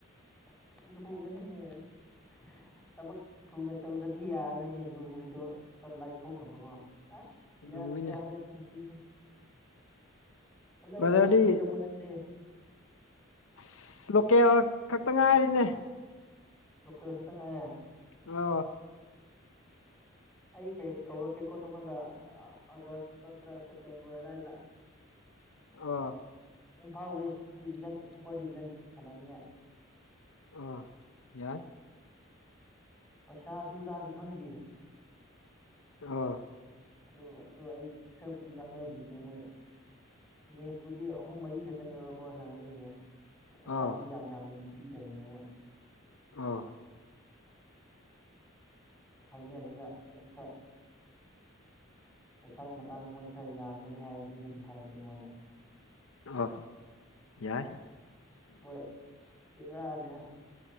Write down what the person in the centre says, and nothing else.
ꯑꯁ ꯂꯨꯒꯅꯤꯅꯦ ꯑꯁ ꯊꯕꯛ ꯊꯨꯅ ꯇꯧꯗꯗꯤ ꯌꯥꯔꯔꯣꯏꯅꯦ ꯂꯨꯔꯤꯗꯣ ꯈꯔ ꯂꯥꯏꯊꯣꯛꯅꯕꯀꯣ ꯑꯁ ꯌꯥꯗ꯭ꯔꯦ
ꯌꯥꯗ꯭ꯔꯦ ꯄꯨꯟꯁꯤꯁꯦ ꯍꯟꯗꯛ
ꯕꯣꯜ ꯁꯥꯟꯅꯗ꯭ꯔꯕꯣ ꯅꯪꯗꯤ
ꯂꯣꯀꯦꯜ ꯈꯛꯇ ꯉꯥꯏꯔꯦ
<inaudible> ꯑꯩ ꯀꯦ ꯀꯧꯔꯛꯀꯦꯀꯣ ꯅꯪꯉꯣꯟꯗ ꯑꯥ ꯑꯥꯒꯁ ꯅꯠꯇ꯭ꯔ ꯁꯦꯞꯇꯦꯝꯕꯔ ꯑꯗꯥꯏꯗ <inaudible>
Imphal west division super division ꯁꯥꯟꯅꯅꯤꯡꯉꯥꯏ
ꯄꯩꯁꯥ ꯗꯨꯗꯥꯗꯤ ꯈꯪꯗꯦ
ꯑꯗꯣ ꯑꯗꯣ ꯑꯩ ꯈꯔꯕꯨꯗꯤ ꯉꯥꯡꯅꯕꯤꯒꯦ ꯃꯣꯏ ꯃꯦꯠꯁꯄꯨꯗꯤ ꯑꯍꯨꯝ ꯃꯔꯤ ꯈꯛꯇꯅꯦꯕꯀꯣ ꯁꯥꯟꯅꯗꯣꯏꯁꯦ ꯑꯥ
ꯄꯩꯁꯥꯗꯤ ꯌꯥꯝ ꯌꯥꯝꯅꯗꯤ ꯄꯤꯗꯕꯅꯦ ꯃꯣꯏ
ꯑꯗꯣ ꯍꯥꯏꯅꯔꯒ ꯑꯩ ꯈꯔ ꯄꯩꯁꯥꯒꯤ ꯃꯇꯥꯡꯗ ꯃꯣꯏ ꯈꯔ ꯌꯥꯝꯒꯅꯤ ꯍꯥꯏꯕꯗꯤ ꯑꯩ ꯑꯗꯨꯝ ꯍꯥꯏꯔꯛꯀꯦ ꯅꯉꯣꯟꯗ
ꯍꯣꯏ ꯕꯦꯔꯥꯅꯦ